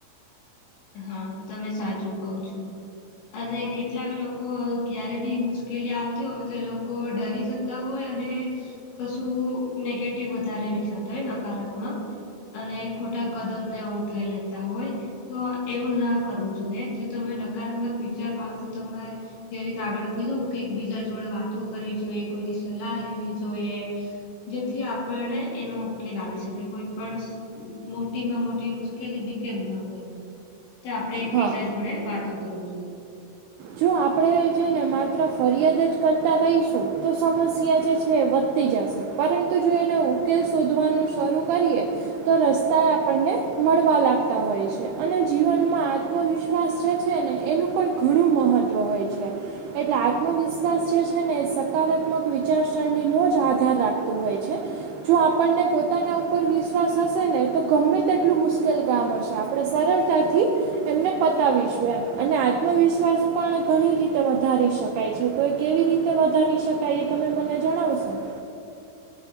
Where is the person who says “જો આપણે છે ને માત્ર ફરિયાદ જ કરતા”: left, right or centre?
Right